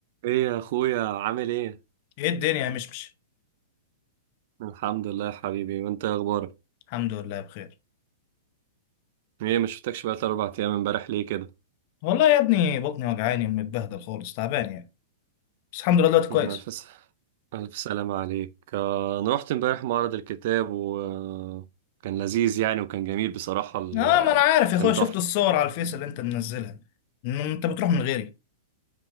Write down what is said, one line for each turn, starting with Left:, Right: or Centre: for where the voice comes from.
Right: ايه يا اخويا عامل ايه
Left: ايه الدنيا يا مشمش
Right: الحمد لله يا حبيبي وانت إيه اخبارك
Left: الحمد لله بخير
Right: ايه مش شفتكش بقالي اربع ايام امبارح ليه كده
Left: والله يا ابني بطني وجعاني ومتبهدل خالص تعبان يعني بس الحمد لله دلوقتي كويس
Right: مم، الف س- الف سلامة عليك آه، انا رحت امبارح معرض الكتاب وكان لذيذ يعني وكان جميل بصراحة ال-
Left: اه ما انا عارف يا اخويا
Right: كان
Left: شفت
Right: تحفة
Left: الصور على الفيس اللي انت منزلها إن انت بتروح من غيري